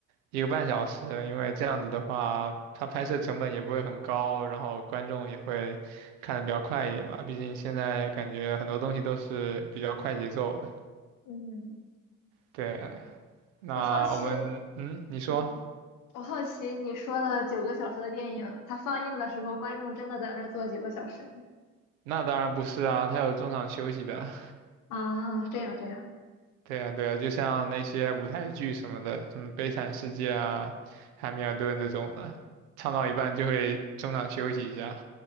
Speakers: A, on the right (about 60°); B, on the left (about 50°).
A: 一个半小时，因为这样子的话，它拍摄成本也不会很高，然后观众也会看得比较快一点吧。毕竟现在感觉很多东西都是比较快节奏的。
B: 嗯，
A: 对，那我们，
B: 我好奇。
A: 嗯，你说，
B: 嗯我好奇你说的九个小时的电影，它放映的时候，观众真的在那儿坐九个小时吗？
A: 那当然不是啊，它有中场休息的。
B: 啊，这样这样
A: 对呀，对呀，就像那些舞台剧什么的，什么《悲惨世界》啊、《汉密尔顿》这种的，唱到一半就会中场休息一下。